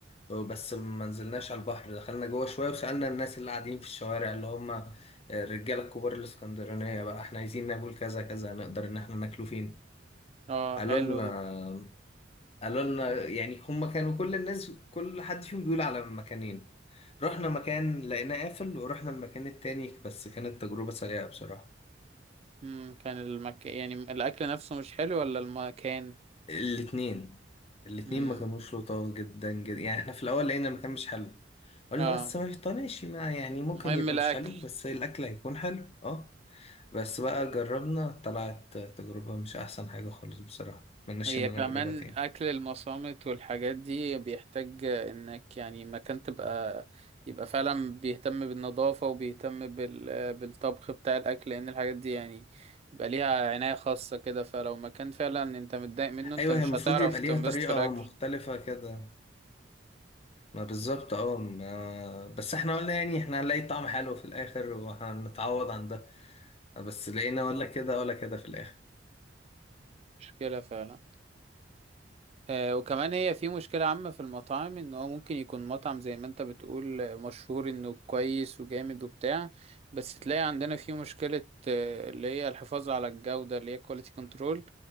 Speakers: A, on the left; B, on the right.
A: بس ما نزلناش على البحر دخلنا جوه شوية وسألنا الناس اللي قاعدين في الشوارع اللي هم الرجالة الكبار الإسكندرانية بقى إحنا عايزين ناكل كذا كذا نقدر إن إحنا ناكله فين
B: اه
A: قالوا
B: حلو
A: لنا
B: ده
A: قالوا لنا يعني هم كانوا كل الناس كل حد فيهم بيقول على مكانين رحنا مكان لقيناه قافل ورحنا المكان التاني بس كانت تجربة سيئة بصراحة
B: امم كان المك... يعني الاكل نفسه مش حلو ولا المكان
A: الاتنين الاتنين
B: امم
A: ما كانوش لطاف جدا جدا يعني احنا في الاول لقينا المكان مش حلو قلنا
B: اه
A: بس ما طب ماشي ما يعني ممكن
B: مهم
A: يبقى
B: الاكل
A: مش حلو بس الاكل هيكون حلو اه بس بقى جربنا طلعت تجربة مش احسن حاجة خالص بصراحة مناش
B: هي
A: ان انا
B: كمان
A: اجربها تاني
B: أكل المصامت والحاجات دي بيحتاج إنك يعني مكان تبقى يبقى فعلا بيهتم بالنظافة وبيهتم بال... بالطبخ بتاع الأكل لأن الحاجات دي يعني يبقى ليها عناية خاصة كده فلو مكان فعلا أنت متضايق منه أنت
A: ايوه
B: مش
A: هي المفروض
B: هتعرف
A: يبقى
B: تنبسط
A: ليها طريقة
B: في الأكل
A: مختلفة كده ما بالظبط اه ما بس احنا قلنا يعني احنا هنلاقي طعم حلو في الاخر وهنتعوض عن ده بس لقينا ولا كده ولا كده في الاخر
B: مشكلة فعلا آه، وكمان هي في مشكلة عامة في المطاعم ان هو ممكن يكون مطعم زي ما انت بتقول آه، مشهور انه كويس وجامد وبتاع بس تلاقي عندنا في مشكلة آه، اللي هي الحفاظ على الجودة اللي هي كواليتي كنترول